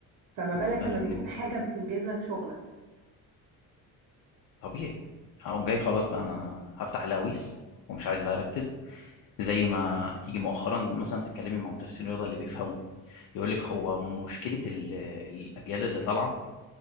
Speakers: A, on the right; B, on the left.
A: فما
B: ما
A: بالك
B: هو ده اللي
A: لما
B: بنتكلم
A: بيكون حاجة
B: عنه
A: بتنجز لك شغلك
B: طبيعي هقوم جاي خلاص بقى انا هفتح الهويس ومش عايز بقى اركز زي ما تيجي مؤخرا مثلا تتكلمي مع مدرسين الرياضه اللي بيفهموا يقول لك هو مشكلة ال- الأجيال اللي طالعة